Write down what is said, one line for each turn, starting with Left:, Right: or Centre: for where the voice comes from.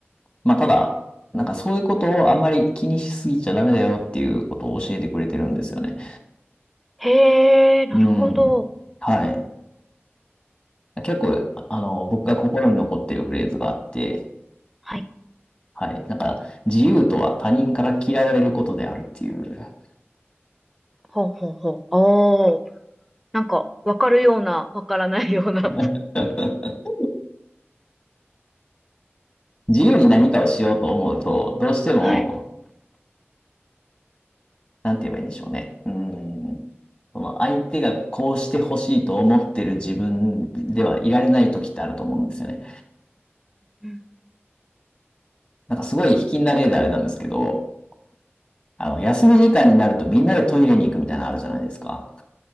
Left: まあただ、なんかそういうことをあんまり気にしすぎちゃダメだよっていうことを教えてくれてるんですよね。
Centre: へえ、なるほど。
Left: うん。はい。結構、あの、僕が心に残ってるフレーズがあって、
Centre: はい。
Left: はい。なんか、自由とは他人から嫌われることであるっていう。
Centre: ほうほうほう。おー。なんか、わかるような、わからないような。
Left: <laughs> 自由に何かをしようと思うと、どうしても、
Centre: <laughs> はい。
Left: なんて言えばいいんでしょうね。うん。その相手がこうしてほしいと思ってる自分ではいられない時ってあると思うんですよね。
Centre: うん
Left: なんかすごい卑近な例であれなんですけど、あの、休み時間になるとみんなでトイレに行くみたいなのあるじゃないですか。